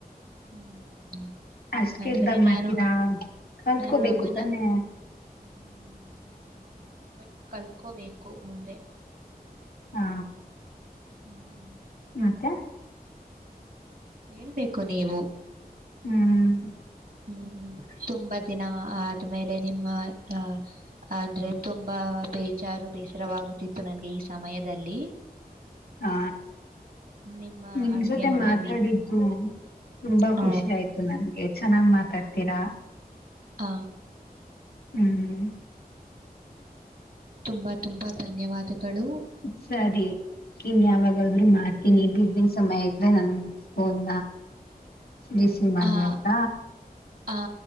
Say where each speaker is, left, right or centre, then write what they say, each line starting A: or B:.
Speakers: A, on the right (about 65°); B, on the left (about 70°).
A: ಹ್ಮ್
B: ಅಷ್ಟ ಕೆಡ್ದಾಗ
A: ಅಂದ್ರೆ
B: ಮಾಡ್ತೀರಾ
A: ನಾನು
B: ಕಲ್ತ್ಕೋಬೇಕು
A: ನಾನು ಅಮ್ಮನ
B: ತಾನೆ
A: ಹ್ಮ್ ಬಟ್ ಕಲ್ಕೋಬೇಕು ಮುಂದೆ
B: ಹಾ
A: ಹ್ಮ್
B: ಮತ್ತೆ
A: ಹೇಳ್ಬೇಕು ನೀವು
B: ಹ್ಮ್ <unintelligible>
A: ಹ್ಮ್ ತುಂಬಾ ದಿನ ಆದ್ಮೇಲೆ ನಿಮ್ಮ ಅಹ ಅಂದ್ರೆ ತುಂಬಾ ಬೇಜಾರು ಬೇಸರವಾಗುತ್ತಿತ್ತು ನಂಗೆ ಈ ಸಮಯದಲ್ಲಿ
B: ಹಾ
A: ನಿಮ್ಮ
B: ನಿಮ್
A: ಅಡ್ಗೆ
B: ಜೊತೆ
A: ಮಾಡೋ
B: ಮಾತಾಡಿದ್ದು
A: ವಿ
B: ತುಂಬಾ
A: ಹ
B: ಖುಷಿ ಆಯ್ತು ನನ್ಗೆ ಚೆನ್ನಾಗ್ ಮಾತಾಡ್ತೀರಾ
A: ಹ
B: ಹ್ಮ್
A: ತುಂಬಾ ತುಂಬಾ ಧನ್ಯವಾದಗಳು
B: ಸರಿ ಇನ್ ಯಾವಾಗಾದ್ರರು ಮಾಡ್ತೀನಿ ಬಿ ಸಮಯ ಇದೆ ನನ್ ಫೋನ್ ರಿಸೀವ್ ಮಾಡಿ
A: ಹ
B: ಆಯ್ತ
A: ಹ